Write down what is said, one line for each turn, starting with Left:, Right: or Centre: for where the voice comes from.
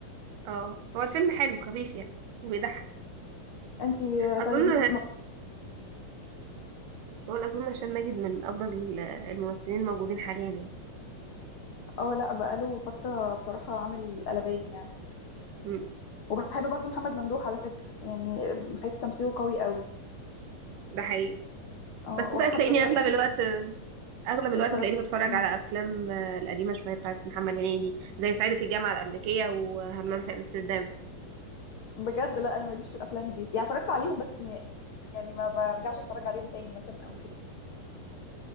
Right: اه هو الفيلم حلو خفيف يعني وبيضحك
Left: انتي
Right: اظن
Left: طيب انتي ما...
Right: بقول اظن هشام ماجد من افضل الممثلين الموجودين حاليا يعني
Left: اه لا بقاله فترة بصراحة عامل قلبان يعني
Right: مم.
Left: وبحب برضو محمد ممدوح على فكرة يعني بحس تمثيله قوي قوي
Right: ده حقيقي
Left: اه
Right: بس
Left: وحتى
Right: بقى تلاقيني
Left: اتفرجت
Right: اغلب الوقت اغلب الوقت
Left: اتفرجت
Right: تلاقيني بتفرج
Left: مم.
Right: على افلام آه، القديمه شويه بتاعت محمد هنيدي زي صعيدي في الجامعه الامريكيه وهمام في امستردام
Left: بجد لا انا ماليش في الافلام دي يعني اتفرجت عليهم بس ما يعني ما برجعش اتفرج عليهم تاني مثلا او كده